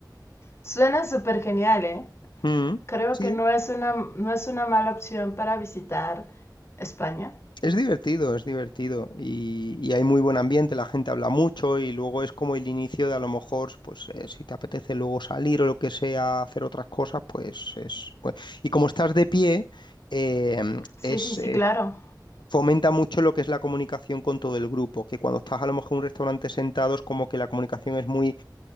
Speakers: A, on the left (about 35°); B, on the left (about 75°).
A: suena súper genial, ¿eh?
B: Mm.
A: Creo
B: Sí,
A: que no es, una, no es una mala opción para visitar España.
B: Es divertido, es divertido y, y hay muy buen ambiente, la gente habla mucho y luego es como el inicio de a lo mejor, pues eh, si te apetece luego salir o lo que sea, hacer otras cosas, pues es... pues- Y como estás de pie, eh,
A: Sí,
B: es,
A: sí, sí,
B: es-
A: claro.
B: fomenta mucho lo que es la comunicación con todo el grupo, que cuando estás a lo mejor en un restaurante sentado es como que la comunicación es muy...